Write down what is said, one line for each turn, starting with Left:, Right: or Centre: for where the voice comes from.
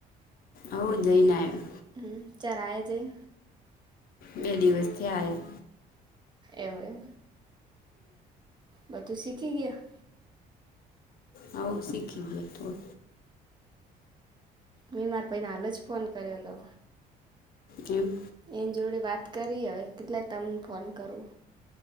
Left: હઓ જઈન આયા.
Right: હમ્મ ચાર આય જાય.
Left: બે દિવસથી આયા
Right: એવો એમ બધુ શીખી ગયા.
Left: હઓ શીખી ગયા.
Right: મેં માર ભાઈને હાલ જ ફોન કર્યો હતો
Left: એમ.
Right: એની જોડી વાત કરી હવે કેટલા તમને ફોન કરું